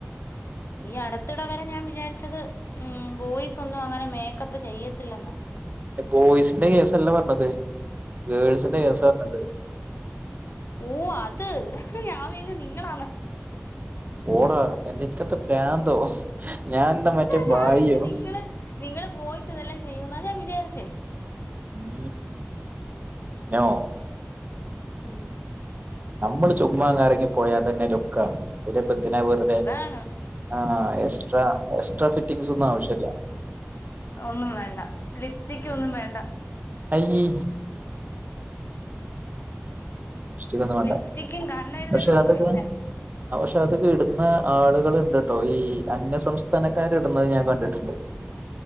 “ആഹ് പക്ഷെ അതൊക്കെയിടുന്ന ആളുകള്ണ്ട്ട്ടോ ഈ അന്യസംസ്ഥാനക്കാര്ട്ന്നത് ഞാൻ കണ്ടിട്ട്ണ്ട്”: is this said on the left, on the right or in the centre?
Right